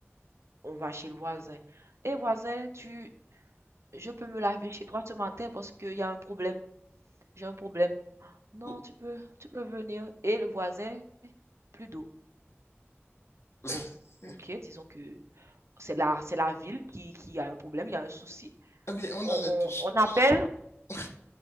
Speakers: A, on the right (about 75°); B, on the left (about 70°).
A: On va chez le voisin. Et voisin, tu, je peux me laver chez toi ce matin parce qu'il y a un problème. J'ai un problème. Non,
B: Ou-
A: tu peux, tu peux venir. Et le voisin, plus d'eau.
B: <laughs>
A: Oh, ok, disons que c'est la, c'est la ville qui, qui a un problème, il y a un souci.
B: Eh bien, on
A: On,
B: allait tous.
A: on, on appelle,
B: on a-